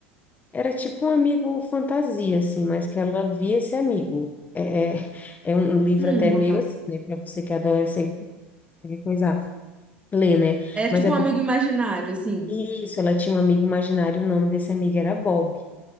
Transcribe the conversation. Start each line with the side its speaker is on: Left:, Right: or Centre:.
Left: era tipo um amigo fantasia assim, mas que ela via esse amigo. É, é, é um livro
Right: Hum.
Left: até meio assim, né, para você que é adolescente, qualquer coisa ler, né?
Right: É
Left: Mas
Right: tipo
Left: é
Right: um
Left: porque
Right: amigo imaginário, assim.
Left: Isso,
Right: <laughs>
Left: ela tinha um amigo imaginário, o nome desse amigo era Bob.